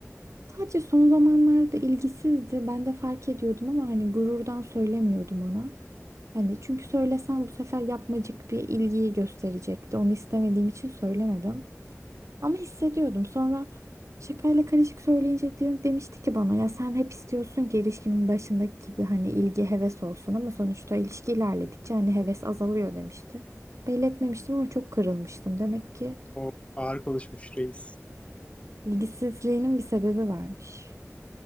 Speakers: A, on the right; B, on the left.
A: Sadece son zamanlarda ilgisizdi. Ben de fark ediyordum ama hani gururdan söylemiyordum ona. Hani çünkü söylesem bu sefer yapmacık bir ilgiyi gösterecekti. Onu istemediğim için söylemedim. Ama hissediyordum. Sonra şakayla karışık söyleyince diyor, demişti ki bana ya sen hep istiyorsun ki ilişkinin başındaki gibi hani ilgi heves olsun ama sonuçta ilişki ilerledikçe hani heves azalıyor demişti. Belli etmemiştim ama çok kırılmıştım. Demek ki
B: O ağır konuşmuş reis.
A: ilgisizliğinin bir sebebi varmış.